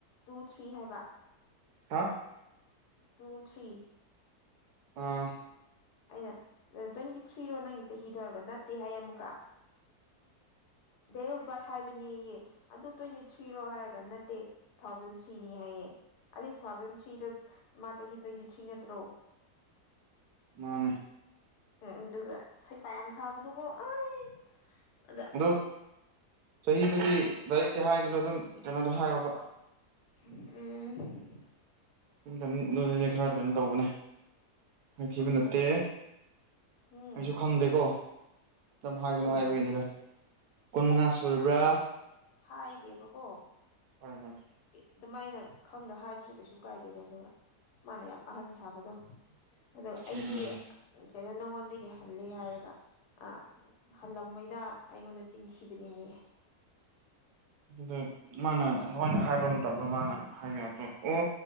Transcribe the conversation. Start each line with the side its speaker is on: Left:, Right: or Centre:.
Left: ꯇꯨ ꯊ꯭ꯔꯤ ꯍꯥꯏꯕ
Right: ꯍꯥ
Left: ꯇꯨ ꯊ꯭ꯔꯤ
Right: ꯑꯥ
Left: ꯑꯩꯅ ꯇ꯭ꯋꯦꯟꯇꯤ ꯊ꯭ꯔꯤꯔꯣ ꯅꯪꯒꯤ ꯆꯍꯤꯗꯣꯏꯒ ꯅꯠꯇꯦ ꯍꯥꯏꯌꯦ ꯑꯃꯨꯛꯀ ꯗꯦꯠ ꯑꯣꯐ ꯕꯥꯔꯠ ꯍꯥꯏꯕꯅꯦꯌꯦ ꯑꯗꯨ ꯇ꯭ꯋꯦꯟꯇꯤ ꯊ꯭ꯔꯤꯔꯣ ꯍꯥꯏꯔꯒ ꯅꯠꯇꯦ ꯊꯥꯎꯖꯟ ꯊ꯭ꯔꯤꯅꯤ ꯍꯥꯏꯌꯦ ꯑꯩ ꯇꯨ ꯊꯥꯎꯖꯟ ꯊ꯭ꯔꯤꯗ ꯃꯥ ꯆꯍꯤ ꯇ꯭ꯋꯦꯟꯇꯤ ꯊ꯭ꯔꯤ ꯅꯠꯇ꯭ꯔꯣ
Right: ꯃꯥꯅꯦ
Left: ꯎꯝ ꯑꯗꯨꯒ ꯁꯦꯐ ꯌꯥꯝ ꯁꯕꯗꯉ ꯑꯩ ꯑꯗ
Right: ꯑꯗꯨ ꯆꯍꯤꯗꯨꯗꯤ ꯗꯥꯏꯔꯦꯛꯇꯤ ꯍꯥꯏꯒꯅꯣ ꯑꯗꯨꯝ ꯀꯩꯅꯣꯗ ꯍꯥꯏꯌꯣꯕ
Left: ꯎꯝ
Right: ꯇ ꯑꯗꯨꯗꯤ ꯈꯔ ꯀꯩꯅꯣ ꯇꯧꯕꯅꯦ ꯃꯊꯤꯕ
Left: ꯑꯣꯀꯦ
Right: ꯅꯠꯇꯦ
Left: ꯎꯝ
Right: ꯑꯩꯁꯨ ꯈꯪꯗꯦꯀꯣ ꯀꯝ ꯍꯥꯏꯒꯅꯣ
Left: ꯎꯝ
Right: ꯍꯥꯏꯕꯒꯤꯅꯤꯗ ꯀꯨꯟ ꯃꯉꯥ ꯁꯨꯔꯕ꯭ꯔꯥ
Left: ꯍ ꯏꯗꯦꯕ ꯀꯣ
Right: ꯍꯣꯏ ꯍꯣꯏ
Left: ꯑꯗꯨꯃꯥꯏꯅ ꯈꯪꯗ ꯍꯥꯏꯕꯁꯨ ꯀꯩꯁꯨ ꯀꯥꯏꯗꯦꯕ ꯑꯗꯨꯒ ꯃꯥꯅ ꯌꯥꯝ ꯑꯍꯟ ꯁꯥꯕꯗꯣ ꯑꯗꯣ ꯑꯩꯗꯤ
Right: ꯎꯝ
Left: ꯀꯩꯅꯣ ꯅꯉꯣꯟꯗꯒꯤ ꯍꯂꯦ ꯍꯥꯏꯔꯒ ꯑ ꯍꯜꯂꯝꯉꯩꯗ ꯑꯩꯉꯣꯟꯗ ꯆꯤꯟꯈꯤꯕꯅꯦ ꯍꯥꯏꯌꯦꯦ
Right: ꯑꯗꯨ ꯃꯥꯅ ꯍꯣꯏꯅ ꯍꯥꯏꯕ ꯃꯇꯝꯗ ꯃꯥꯅ ꯍꯥꯏꯕ ꯌꯥꯗ꯭ꯔꯣ ꯑꯣ